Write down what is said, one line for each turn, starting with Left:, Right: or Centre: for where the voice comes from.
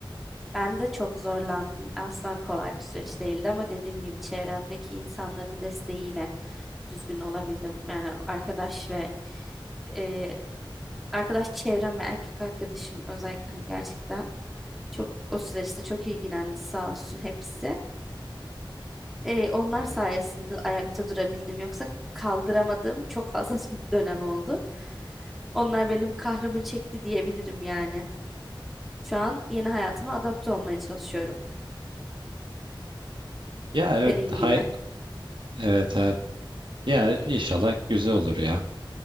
Centre: ben de çok zorlandım. Asla kolay bir süreç değildi ama dediğim gibi çevremdeki insanların desteğiyle düzgün olabildim. Yani arkadaş ve e, arkadaş çevrem ve erkek arkadaşım özellikle hani gerçekten çok o süreçte çok ilgilendi sağ olsun hepsi. Ee, onlar sayesinde
Right: Evet.
Centre: ayakta durabildim. Yoksa kaldıramadığım çok fazla <laughs> dönem oldu. Onlar benim kahrımı çekti diyebilirim yani. Şu an yeni hayatıma adapte olmaya çalışıyorum.
Right: Ya evet
Centre: Senin
Right: hay
Centre: gibi.
Right: evet evet. Ya inşallah güzel olur ya.